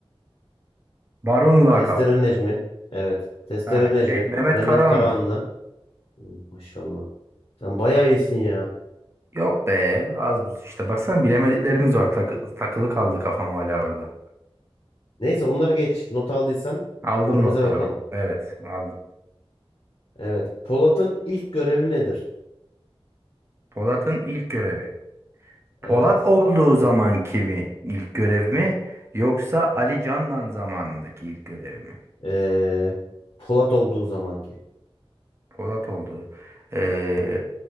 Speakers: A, on the right (about 25°); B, on the left (about 50°).
A: Baron lakaplı.
B: Testere Necmi. Evet. Testere
A: Ha,
B: Necmi.
A: şey, Mehmet
B: Mehmet
A: Karahanlı.
B: Karahanlı. Hmm, Maşallah. Sen bayağı iyisin ya.
A: Yok be az buz işte. Baksana bilemediklerimiz var. Takı- takılı kaldı kafam hala orada.
B: Neyse onları geç. Not aldıysan
A: Aldım
B: önümüze
A: notlarımı.
B: bakalım.
A: Evet aldım.
B: Evet. Polat'ın ilk görevi nedir?
A: Polat'ın ilk görevi. Polat
B: Evet.
A: olduğu zamanki mi ilk görev mi yoksa Ali Candan zamanındaki ilk görev mi?
B: E, Polat olduğu zamanki.
A: Polat olduğu. Ee,